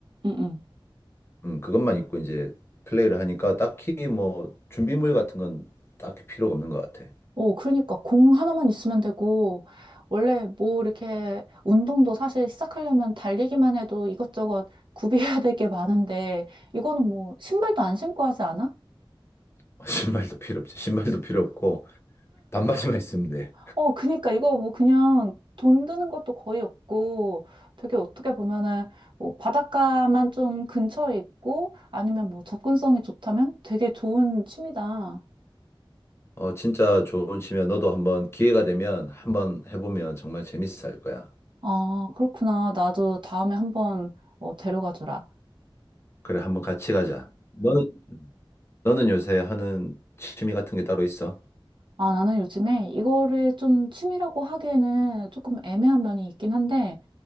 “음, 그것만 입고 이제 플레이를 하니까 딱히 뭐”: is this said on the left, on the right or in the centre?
Left